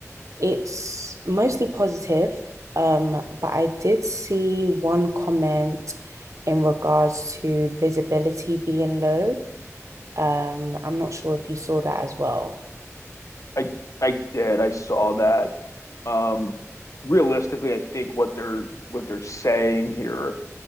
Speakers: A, on the right; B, on the left.
A: It's mostly positive. Um, but I did see one comment in regards to visibility being low. Um, I'm not sure if you saw that as well.
B: I I did. I saw that. Um, realistically, I think what they're what they're saying here